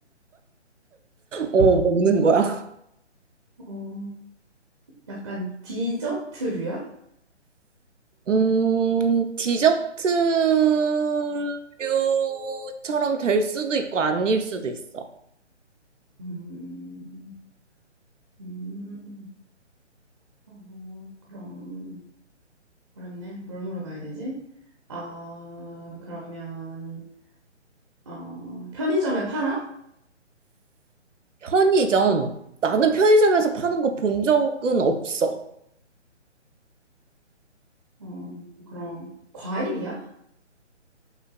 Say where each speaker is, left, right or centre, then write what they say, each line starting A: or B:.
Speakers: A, on the right; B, on the right.
A: 어, 어, 먹는 거야.
B: 어, 약간 디저트류야?
A: 음, 디저트류처럼 될 수도 있고, 아닐 수도 있어.
B: 음, 음, 어, 그럼 어렵네. 뭘 물어봐야 되지? 아, 그러면 어, 편의점에 팔아?
A: 편의점. 나는 편의점에서 파는 거 본 적은 없어.
B: 어, 그럼 과일이야?